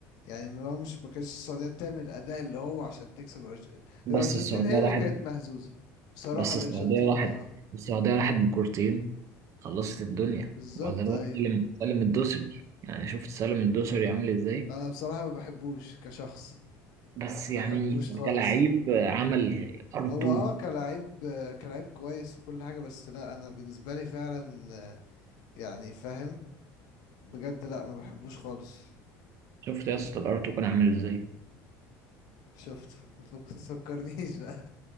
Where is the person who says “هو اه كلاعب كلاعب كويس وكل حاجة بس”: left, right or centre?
Left